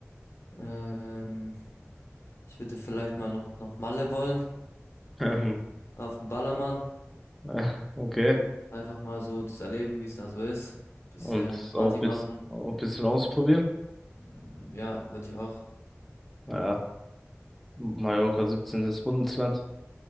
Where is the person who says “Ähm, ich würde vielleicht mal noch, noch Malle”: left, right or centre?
Left